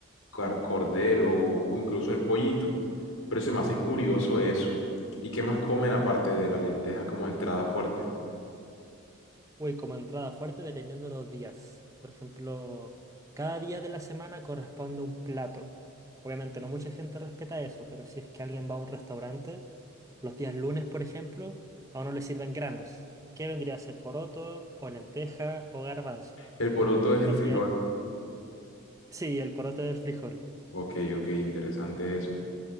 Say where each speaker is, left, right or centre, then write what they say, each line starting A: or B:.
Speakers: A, on the left; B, on the right.
A: car- cordero o incluso el pollito. Pero se me hace curioso eso. ¿Y qué más comen aparte de la lenteja como entrada fuerte?
B: Uy, como entrada fuerte dependiendo de los días. Por ejemplo, cada día de la semana corresponde un plato. Obviamente no mucha gente respeta eso, pero si es que alguien va a un restaurante, los días lunes, por ejemplo, a uno le sirven granos. ¿Qué vendría a ser poroto o lenteja o garbanzo?
A: El poroto es el
B: Los
A: frijol.
B: días... Sí, el poroto del frijol.
A: Ok, ok, interesante eso.